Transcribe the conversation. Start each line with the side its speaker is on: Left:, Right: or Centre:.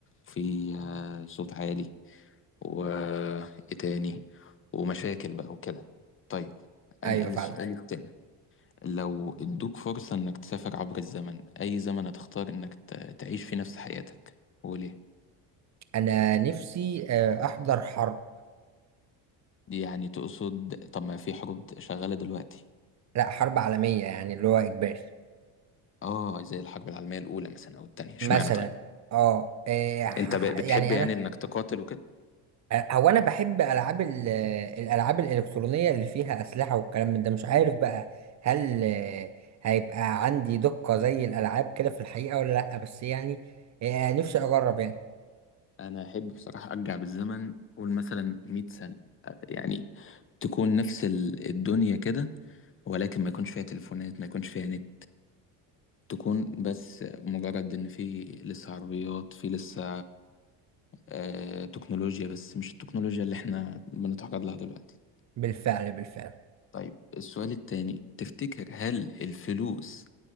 Left: وفي آه، صوت عالي وإيه تاني ومشاكل بقى وكده طيب أنقل
Right: أيوة فعلا
Left: السؤال ايوه التاني لو ادوك فرصة إنك تسافر عبر الزمن أي زمن هتختار إنك ت- تعيش فيه نفس حياتك وليه؟
Right: أنا نفسي آه، أحضر حرب
Left: يعني تقصد طب ما في حروب شغالة دلوقتي
Right: لأ حرب عالمية يعني اللي هو إجباري
Left: آه زي الحرب العالمية الأولى مثلا أو التانية اشمعنى
Right: مثلا
Left: طيب؟
Right: اه إيه، ح-
Left: أنت ب-
Right: ح-
Left: بتحب
Right: يعني
Left: يعني
Right: أنا
Left: إنك تقاتل وكده؟
Right: هو انا بحب العاب ال- الالعاب الالكترونيه اللي فيها اسلحه والكلام من ده مش عارف بقى هل آه، هيبقى عندي دقه زي الالعاب كده في الحقيقه ولا لا بس يعني آه، نفسي اجرب يعني
Left: انا احب بصراحه ارجع بالزمن قول مثلا 100 سنه يعني تكون نفس ال- الدنيا كده ولكن ما يكونش فيها تليفونات ما يكونش فيها نت تكون بس مجرد ان في لسه عربيات في لسه آه تكنولوجيا بس مش التكنولوجيا اللي احنا بنتعرض لها دلوقتي
Right: بالفعل بالفعل
Left: طيب السؤال التاني تفتكر هل الفلوس